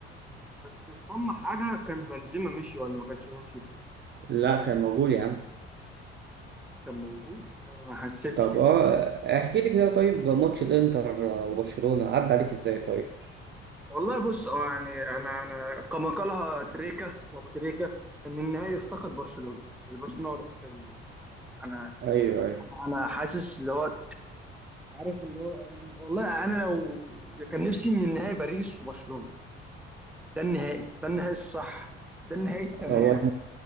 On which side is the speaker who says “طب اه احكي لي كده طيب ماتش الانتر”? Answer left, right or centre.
Right